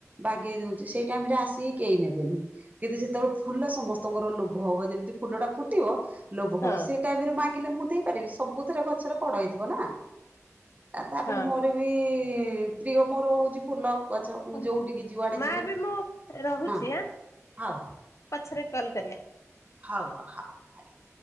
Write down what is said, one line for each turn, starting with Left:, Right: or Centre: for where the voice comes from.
Right: ବାଗେଇ ଦଉଛି ସେଇ ଟାଇମ ରେ ଆସିକି କେହି ନେବେ ନି କିନ୍ତୁ ଯେତେବେଳେ ଫୁଲ ସମସ୍ତଙ୍କର ଲୋଭ ହବ ଯେମିତି ଫୁଲ ଟା ଫୁଟିବ ଲୋଭ
Left: ହଁ
Right: ହବ ସେଇ ଟାଇମରେ ମାଗିଲେ ମୁଁ ଦେଇପାରିବି ସବୁଥିରେ କ ରେ କଡ ହେଇଥିବ ନା ତାପରେ
Left: ହଁ
Right: ମୋର ବି ପ୍ରିଅ। ମୋର ହଉଚି ଫୁଲ। ଗଛ ମୁଁ
Left: ଓ
Right: ଯୋଉଠିକି
Left: ହୋ
Right: ଯୁଆଡେ
Left: ମା
Right: ଯିବି
Left: ଏବେ ମୁଁ ରହୁଚି
Right: ହଁ
Left: ଆଁ
Right: ହଉ ହଉ
Left: ପଛରେ କଲ କରିଆ।
Right: ହଉ ହଉ ଆଜ୍ଞା।